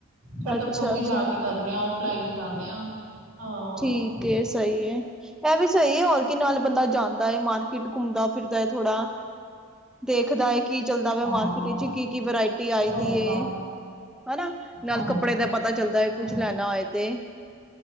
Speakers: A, on the right; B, in the centre.
A: ਫੇਿਰ ਤਾਂ
B: ਅੱਛਾ
A: ਖੁਦ
B: ਅੱਛਾ
A: ਹੀ ਜਾ ਕੇ ਕਰਨੇ ਆ ਉਹ ਫਲਾਈਨ ਹੀ ਜਾਂਦੇ ਆ ਹਾਂ।
B: ਠੀਕ ਹੈ ਸਹੀ ਹੈ ਇਹ ਵੀ ਸਹੀ ਹੈਰ ਨਾਲ ਬੰਦਾ ਜਾਂਦਾ ਹੈ ਮਾਰਕੀਟ ਘੁੰਮਦਾ ਫਿਰਦਾ ਹੈ ਥੋੜਾ ਦੇਖਦਾ ਹੈ ਕਿ ਕੀ ਚੱਲਦਾ ਵਾ
A: ਹਾਂ,
B: ਮਾਰਕੀਟ ਵਿੱਚ ਕੀ ਕੀ ਵਰਾਇਟੀ ਆਈ
A: ਸਹੀ
B: ਦੀ ਹੈ
A: ਗੱਲ
B: ਹਨਾ ਨਾਲ
A: ਹਾਂਜੀ।
B: ਕੱਪੜੇ ਦਾ ਪਤਾ ਚੱਲਦਾ ਹੈ
A: ਹਾਂਜੀ।
B: ਕੁਛ ਲੈਣਾ ਹੋਏ ਤੇ